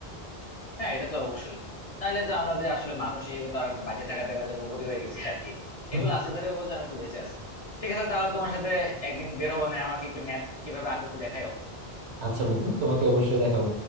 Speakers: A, on the left; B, on the right.
A: হ্যাঁ এটা তো অবশ্যই তাহলে তো আমরা যে আসলে মানুষ হিসেবে তো আর বাঁচে থাকাতে বা রোবটই হয়ে গেছে আর কি
B: হুম।
A: এগুলো আছে ধরে বলছে আমি একটু বেঁচে আছি ঠিক আছে তাহলে তোমার সাথে একদিন বের হবো না আমাকে একটু ম্যাপ কিভাবে আঁকো একটু দেখাও
B: আচ্ছা বন্ধু তোমাকে অবশ্যই দেখাবো